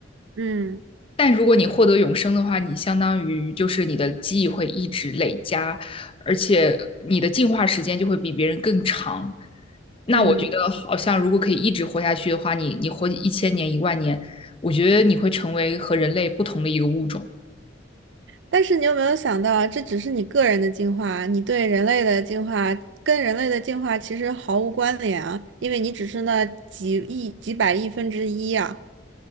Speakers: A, on the right; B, on the left.
A: 嗯
B: 但如果你获得永生的话，你相当于就是你的记忆会一直累加，而且你的进化时间就会比别人更长。那我觉得好像如果可以一直活下去的话，
A: 嗯，
B: 你你活一千年、一万年，我觉得你会成为和人类不同的一个物种。
A: 但是你有没有想到啊这只是你个人的进化，你对人类的进化跟人类的进化其实毫无关联啊，因为你只是那几亿、几百亿分之一啊。